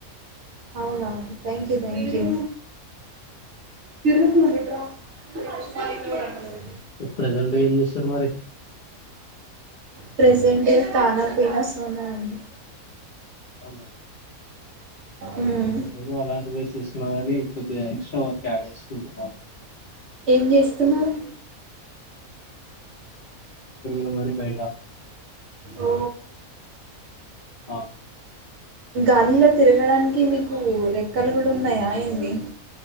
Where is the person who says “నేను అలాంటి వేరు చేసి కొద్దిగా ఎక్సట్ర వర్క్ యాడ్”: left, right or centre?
Left